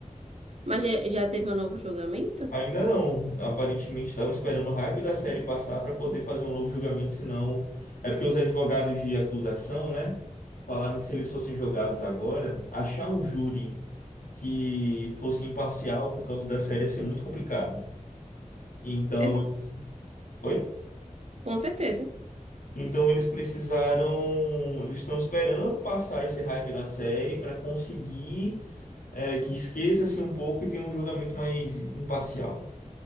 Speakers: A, on the right (about 50°); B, on the left (about 80°).
A: Mas já, já teve um novo julgamento?
B: Ainda não. Aparentemente estavam esperando o hype da série passar para poder fazer um novo julgamento, senão. É porque os advogados de acusação, né? Falaram que se eles fossem jogados agora, achar um júri. que fosse imparcial por causa da série ser muito complicado. Então,
A: Exa-
B: eles- oi?
A: Com certeza.
B: Então eles precisaram, eles estão esperando passar esse hype da série para conseguir é, que esqueça-se um pouco e tenha um julgamento mais imparcial.